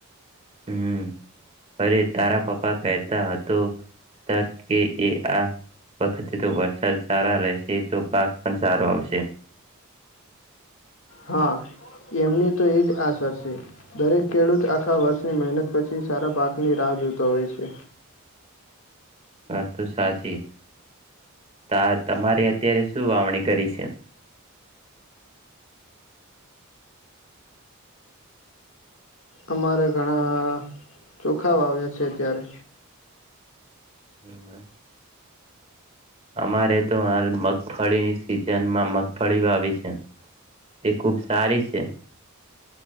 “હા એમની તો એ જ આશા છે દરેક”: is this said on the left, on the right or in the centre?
Left